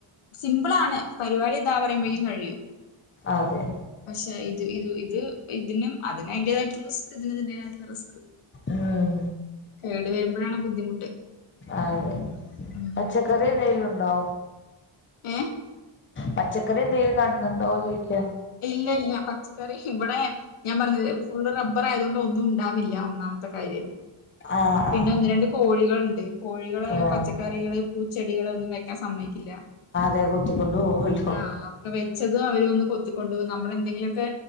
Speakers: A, on the left (about 80°); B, on the left (about 25°).
A: സിംപിൾ ആണ് പരിപാടി ഇതാ പറയുമ്പഴും കഴിയും
B: അതെ
A: പക്ഷെ ഇത് ഇത് ഇത് ഇത് ഇതിനും അതിന് അതിന്റേതായിട്ടുള്ള റിസ്ക് ഇതിനു ഇന്തിന്റേതായിട്ടുള്ള റിസ്ക്
B: ഉം
A: കേട് വരുമ്പഴാണ് ബുദ്ധിമുട്ട്
B: അതെ
A: ഉം
B: പച്ചക്കറി
A: ചെറകുട്ട്
B: എന്തെലുണ്ടോ
A: ഏഹ്
B: പച്ചക്കറി എന്തെങ്കിലും നടന്നുണ്ടോ ചോയ്ക്ക
A: ഇല്ല ഇല്ല പച്ചക്കറി ഇവിടെ ഞാൻ പർഞ്ഞില്ലേ ഫുള്ള് റബ്ബർ ആയതോണ്ട് ഒന്നും ഉണ്ടാവില്ല ഒന്നാമത്തെ കാര്യം
B: ആ
A: പിന്നെ
B: ആ
A: ഒന്ന് രണ്ട് കോഴികളുണ്ട് കോഴികള്
B: ആ
A: പച്ചക്കറികള് പൂച്ചെടികൾ ഒന്നും വെക്കാൻ സമ്മതിക്കില്ല
B: അതെ കുത്തിക്കൊണ്ട് പോവല്ലോ
A: ആ ഒക്കെ വെച്ചതും അവര് ഒന്ന് കൊ ച്ച് കൊണ്ട് വന്ന് നമ്മളെന്തെങ്കിലൊക്കെ